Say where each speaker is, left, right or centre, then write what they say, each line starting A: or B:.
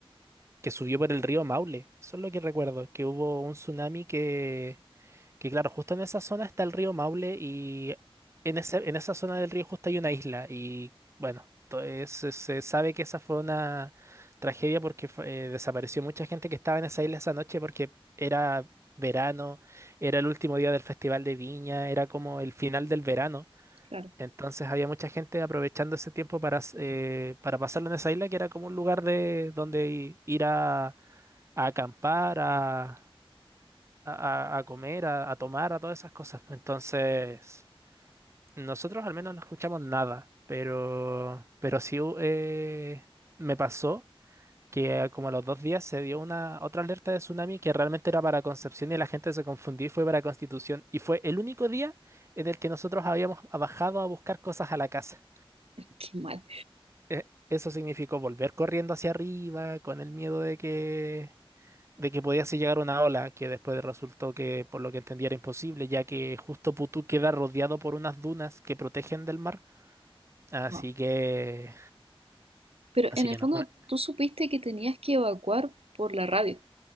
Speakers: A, on the right; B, on the right.
A: que subió por el río Maule. Eso es lo que recuerdo, que hubo un tsunami que, que claro, justo en esa zona está el río Maule y en ese, en esa zona del río justo hay una isla y bueno, to- es- se se sabe que esa fue una tragedia porque fue- eh, desapareció mucha gente que estaba en esa isla esa noche porque era verano, era el último día del Festival de Viña, era como el final del verano.
B: Claro,
A: Entonces había mucha gente aprovechando ese tiempo para, s- eh, para pasarlo en esa isla, que era como un lugar de donde i- ir a, a acampar, a, a- a- a comer, a, a tomar, a todas esas cosas. Entonces, nosotros al menos no escuchamos nada, pero, pero sí hu- eh, me pasó que como a los dos días se dio una otra alerta de tsunami que realmente era para Concepción y la gente se confundió y fue para Constitución. Y fue el único día en el que nosotros habíamos ah, bajado a buscar cosas a la casa.
B: qué mal.
A: eh, eso significó volver corriendo hacia arriba con el miedo de que, de que podía así llegar una ola, que después resultó que, por lo que entendí, era imposible, ya que justo Putú queda rodeado por unas dunas que protegen del mar. Así
B: Wow.
A: que,
B: Pero
A: así
B: en el
A: que
B: fondo
A: no. una-
B: tú supiste que tenías que evacuar por la radio.